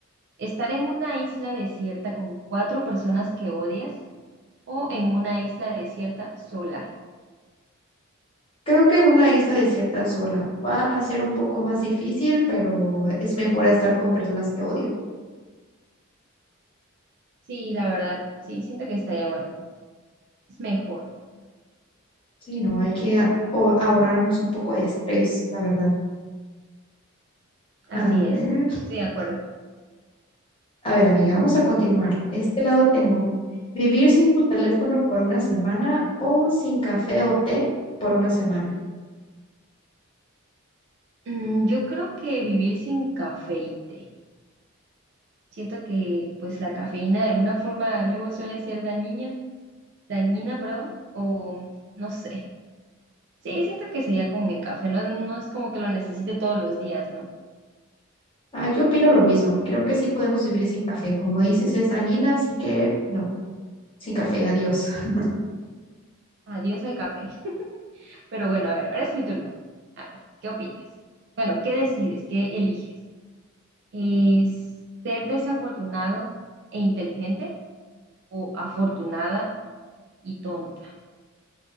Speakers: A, on the right; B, on the left.
A: ¿Estar en una isla desierta con cuatro personas que odias o en una isla desierta sola?
B: Creo que una isla desierta sola va a ser un poco más difícil, pero es mejor a estar con personas que odio.
A: Sí, la verdad, sí, siento que estaría bueno. Es mejor,
B: Sí, no, hay que a- o- ahorrarnos un poco de estrés, la verdad.
A: así
B: A
A: es,
B: ver,
A: estoy de acuerdo.
B: a ver, amiga, vamos a continuar. Este lado tengo, vivir sin tu teléfono por una semana o sin café o té por una semana.
A: Mm, yo creo que vivir sin café y té. Siento que pues la cafeína de alguna forma luego suele ser dañina, dañina, perdón, o no sé. Sí, siento que sería con el café, no, no es como que lo necesite todos los días, ¿no?
B: Ah, yo opino lo mismo. Creo que sí podemos vivir sin café. Como dices, es dañina, así que no, sin café, adiós. <laughs>
A: Adiós al café. <laughs> Pero bueno, a ver, ahora es mi turno. A ver, ¿qué opinas? Bueno, ¿qué decides? ¿Qué eliges? ¿Es ser desafortunado e inteligente o afortunada y tonta?